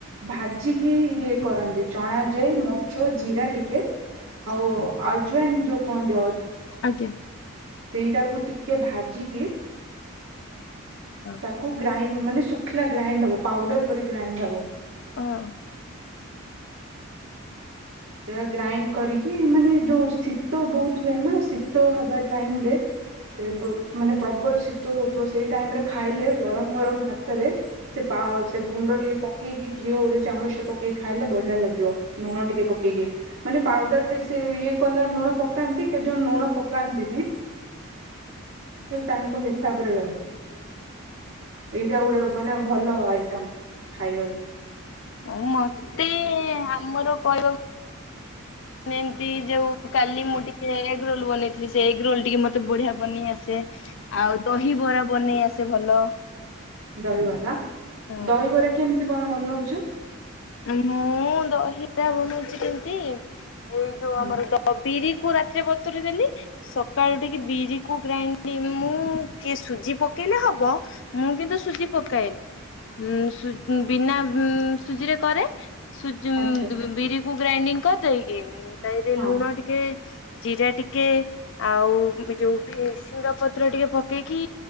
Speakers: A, on the right; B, on the left.
A: ଭାଜିକି ଇଏ କରନ୍ତି। ଚଣା ଯାଇ ମଚ ଜିରା ଟିକେ ଆଉ ଆଜ୍ୱାଇଁନ ଯୋଉ କହନ୍ତି।
B: ଆଜ୍ଞା।
A: ସେଇଟାକୁ ଟିକେ ଭାଜିକି
B: ହଁ।
A: ତାକୁ ଗ୍ରାଇଣ୍ଡ ମାନେ ଶୁଖିଲା ଗ୍ରାଇଣ୍ଡ ହବ ପାଉଡର କରି ଗ୍ରାଇଣ୍ଡ ହବ।
B: ଅ ହଁ।
A: ସେ ଗ୍ରାଇଣ୍ଡ କରିକି ମାନେ ଯୋଉ ଶୀତ ବହୁତ ହୁଏ ନା ଶୀତ ହବା ଟାଇମ ରେ ସେ ବ ମାନେ ପ୍ରବଳ ଶି ଶୀତ ହଉଥଵ ସେଇ ଟାଇମ ରେ ଖାଇଲେ ଗରମ ଗରମ ଭାତରେ ସେ ପା ସେ ଗୁଣ୍ଡ ଟିକେ ପ ପକେଇକି ଘିଅ ଗୋଟେ ଚାମଚ ପକେଇି ଖାଇଲେ ବଢିଆ ଲାଗିବ। ଲୁଣ ଟିକେ ପ କେଇକି କି ମାନେ ପାଉଡର ରେ ସେ ଇଏ କଲା ଲୁଣ ପକାନ୍ତି କେ ଜଣ ଲୁଣ ପକାନ୍ତିନି ସେ ତାଙ୍କ ହିସାବରେ ରହେ। ଏଇଟା ଗୋଟେ ମାନେ ଭଲ ଆଇଟମ୍ ଖାଇବା
B: ଆଉ ମତେ ଆମର କହିବାକୁ
A: <inaudible>
B: ମାନେ ଏମିତି ଯୋଉ କାଲି ମୁଁ ଟିକେ ଏଗ୍ ରୋଲ ବନେଇଥିଲି ସେ ଏଗ୍ ରୋଲ ଟିକେ ମତେ ବଢିଆ ବନେଇ ଆସେ। ଆଉ ଦହିବରା ବନେଇ ଆସେ ଭଲ।
A: ଦହିବରା!
B: ହଁ
A: ଦହିବରା କେମତି କଣ ବନଉଛୁ?
B: ମୁଁ ଦହିବରା ବନଉଛି କେମିତି ଏଇ ଯୋଉ
A: ହଁ
B: ଆମର ଦ ତ ବିରିକୁ ରାତିରେ ବତୁୁରି ଦେଲି ସକାଳୁ ଉଟିକି ବିରି କୁ ଗ୍ରାଇଣ୍ଡ ମୁଁ କି ସୁଜି ପକେଇଲେ ହବ ମୁଁ କି ସୁଜି ପକାଏନି। ଉ ସୁ ବିନା ସୁଜିରେ କରେ ସୁଜ ଉଁ
A: ଆଚ୍ଛା
B: ବିରି କୁ ଗ୍ରାଇଣ୍ଡିଂ କରିଦେଇକି ତାରେ
A: ହଁ
B: ଲୁଣ ଟିକେ ଜିରା ଟିକେ ଆଉ ଉ ଏ ଯଉ ଭେରସୁଂଗା ପତ୍ର ଟିକେ ପକେଇକି